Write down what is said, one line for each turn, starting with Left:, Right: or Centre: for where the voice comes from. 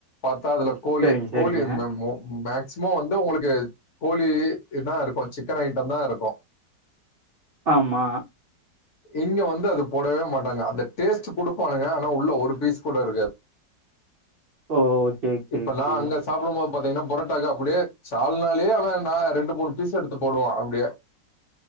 Left: பாத்தா அதுல கோழி
Right: சரிங்க சரிங்க
Left: கோழி <unintelligible> <unintelligible> வந்து ஒனக்கு கோழி இததான் இருக்கும் சிக்கன் ஐட்டம் தான் இருக்கும்
Right: ஆமா
Left: இங்க வந்து அது போடவே மாட்டாங்க அந்த டேஸ்ட் கொடுப்பானுங்க ஆனா உள்ள ஒரு பீஸ் கூட இருக்காது
Right: ஓ ஓகே ஓகே
Left: இப்பல்லாம்
Right: ஓகே
Left: அங்க சாப்டும்போது பாத்தீங்கன்னா பொரட்டாக்கு அப்படியே சால்னாலே அவன் நான் ரெண்டு மூணு பீஸ் எடுத்து போடுவான் அப்படியே